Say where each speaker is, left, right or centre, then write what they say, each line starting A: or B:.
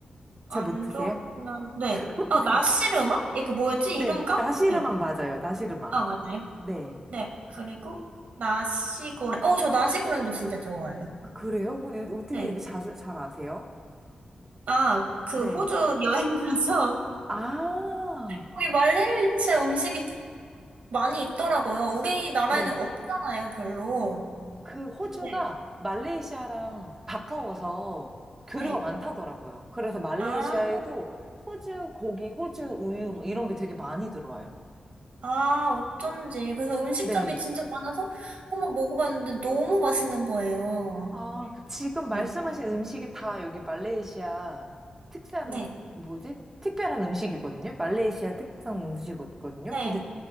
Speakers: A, on the right; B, on the right.
A: 잘
B: 안
A: 못 드세요?
B: 좋아하긴 한데,
A: <laughs>
B: 어, 나시르마? 이게 뭐였지?
A: 네,
B: 이름 까먹었어요.
A: 나시르막 맞아요. 나시르막.
B: 아, 맞아요.
A: 네.
B: 네. 그리고, 나시고랭. 어, 저 나시고랭도 진짜 좋아해요.
A: 아, 그래요? 근데 어떻게
B: 네.
A: 이렇게 자주 잘 아세요?
B: 아, 그
A: 네.
B: 호주 여행 가서,
A: 아,
B: 거기 말레이시아 음식이 많이 있더라고요. 우리나라에는
A: 네.
B: 없잖아요, 별로.
A: 그 호주가
B: 네.
A: 말레이시아랑 가까워서 교류가
B: 네.
A: 많다더라고요. 그래서 말레이시아에도
B: 아,
A: 호주 고기, 호주 우유 뭐 이런 게 되게 많이 들어와요.
B: 아, 어쩐지. 그래서 음식점이
A: 네
B: 진짜 많아서 한번 먹어봤는데 너무 맛있는 거예요.
A: 아, 지금 말씀하신
B: 네.
A: 음식이 다 여기 말레이시아 특산,
B: 네.
A: 뭐지? 특별한 음식이거든요. 말레이시아 특성 음식이거든요.
B: 네.
A: 근데